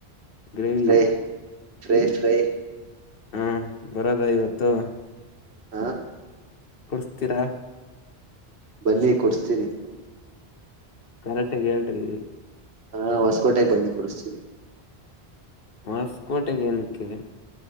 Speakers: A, on the left (about 60°); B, on the right (about 80°).
A: gravy.
B: Fry fry fry
A: ಹಾ ಬರೋದಾ ಇವತ್ತು
B: ಹಾ
A: ಕೊಡ್ಸ್ತೀರಾ
B: ಬನ್ನಿ ಕೊಡ್ಸ್ತೀನಿ.
A: ಕರೆಕ್ಟಗ ಹೇಳ್ರಿ
B: ಹಾ ಹೊಸಕೋಟೆಗೆ ಬನ್ನಿ ಕುಡಿಸ್ತೀನಿ.
A: ಹೊಸ್ಕೋಟೆಗೆ ಏನಕ್ಕೆ